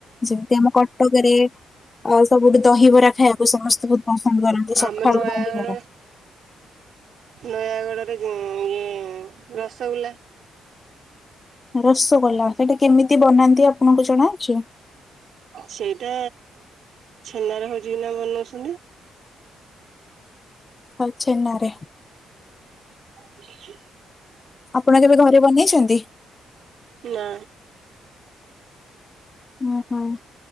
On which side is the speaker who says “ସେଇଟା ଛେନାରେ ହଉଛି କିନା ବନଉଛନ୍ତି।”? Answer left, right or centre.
Right